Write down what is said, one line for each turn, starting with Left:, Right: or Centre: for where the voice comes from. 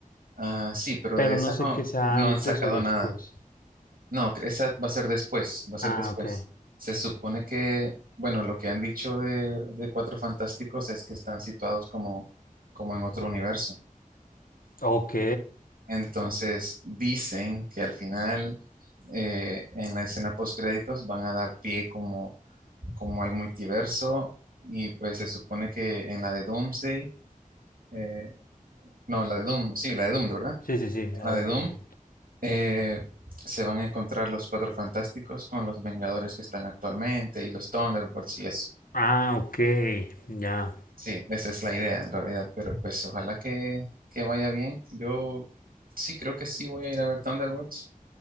Right: Ah, sí, pero
Left: Pero
Right: de esa
Left: no sé
Right: no,
Left: qué sea
Right: no
Left: antes
Right: han sacado
Left: o después.
Right: nada. No, esa va a ser después, va a ser
Left: Ah,
Right: después.
Left: ok.
Right: Se supone que, bueno, lo que han dicho de, de Cuatro Fantásticos es que están situados como, como en otro universo.
Left: Ok.
Right: Entonces, dicen que al final, eh, en la escena postcréditos, van a dar pie como, como al multiverso y pues se supone que en la de Doomsday. eh, No, la de Doom, sí, la de Doom, ¿de verdad?
Left: Sí, sí, sí, la
Right: La
Left: de
Right: de Doom.
Left: Doom, sí.
Right: eh, se van a encontrar los Cuatro Fantásticos con los Vengadores que están actualmente y los Thunderbolts y eso.
Left: Ah, ok. Ya.
Right: Sí, esa es la idea en realidad, pero pues ojalá que, que vaya bien. Yo sí creo que sí voy a ir a ver Thunderbolts,